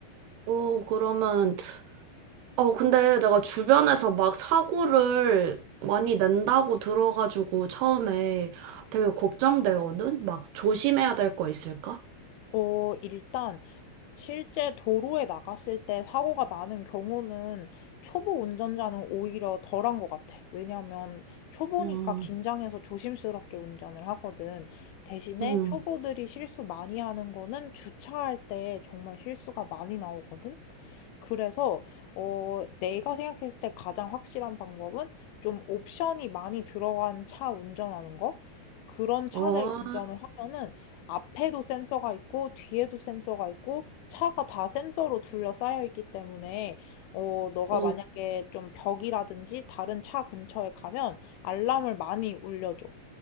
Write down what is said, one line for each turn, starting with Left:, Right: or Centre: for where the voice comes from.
Right: 어, 그러면 어, 근데 내가 주변에서 막 사고를 많이 낸다고 들어가지고 처음에 되게 걱정되거든? 막 조심해야 될 거 있을까?
Left: 어, 일단 실제 도로에 나갔을 때 사고가 나는 경우는 초보 운전자는 오히려 덜한 것 같아. 왜냐하면 초보니까
Right: 음,
Left: 긴장해서 조심스럽게 운전을 하거든. 대신에
Right: 음,
Left: 초보들이 실수 많이 하는 거는 주차할 때 정말 실수가 많이 나오거든. 그래서 어, 내가 생각했을 때 가장 확실한 방법은 좀 옵션이 많이 들어간 차 운전하는 거? 그런 차들
Right: 어,
Left: 운전을 하면은 앞에도 센서가 있고 뒤에도 센서가 있고 차가 다 센서로 둘러싸여 있기 때문에 어, 너가
Right: 어,
Left: 만약에 좀 벽이라든지 다른 차 근처에 가면 알람을 많이 울려줘.